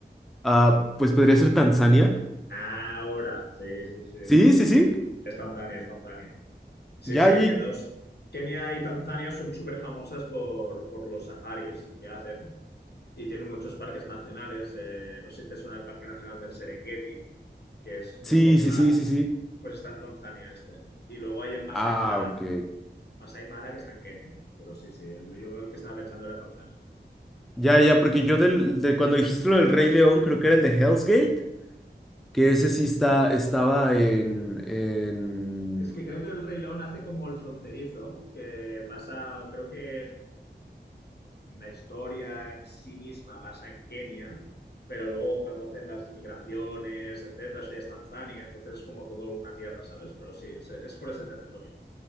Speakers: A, in the centre; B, on the left.
A: Ah, pues podría ser Tanzania.
B: Ahora, sí, sí, sí.
A: Sí, sí, sí.
B: Es Tanzania, es Tanzania. Sí,
A: Ya,
B: sí,
A: ya.
B: que dos. Kenia y Tanzania son súper famosas por, por los safaris que hacen y tienen muchos parques nacionales. eh, no sé si te suena el Parque Nacional del Serengeti, que es muy
A: Sí,
B: popular,
A: sí, sí, sí, sí.
B: pues está en Tanzania este. Y luego hay el Masai
A: Ah,
B: Mara,
A: ok.
B: Masai Mara que está en Kenia. Pero sí, sí, el- yo el que estaba pensando era Tanzania.
A: Ya, ya, porque yo del, de cuando dijiste lo del Rey León, creo que era el de Hell's Gate, que ese sí está, estaba en, en
B: Es que creo que el Rey León hace como el fronterizo, que pasa, creo que la historia en sí misma pasa en Kenia, pero luego cuando hacen las migraciones, etcétera, eso ya es Tanzania, entonces es como todo una tierra, ¿sabes? Pero sí, es, es por ese territorio.